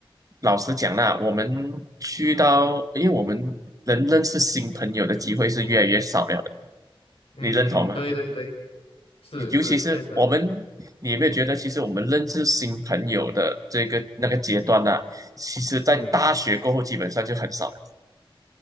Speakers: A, on the right; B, on the left.
A: 老实讲啦，我们去到，因为我们能认识新朋友的机会是越来越少了的，
B: 嗯嗯，
A: 你认同吗？
B: 对对对。是是，
A: 你尤其是我们，
B: 确实，
A: 你有没有觉得，其实我们认识新朋友的这个那个阶段呢、其实在大学过后基本上就很少了。
B: 嗯，